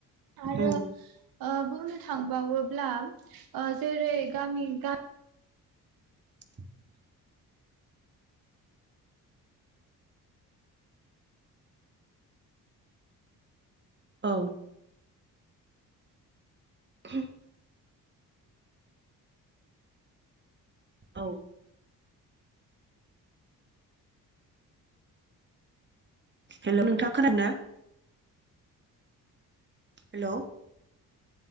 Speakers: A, on the right; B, on the right.
A: आरो
B: उम
A: ओ बुंनो थांबावोब्ला ओ जेरै गामि गा
B: <inaudible> औ <inaudible> औ हेलौ' नोंथाङा खोनादों ना? हेलौ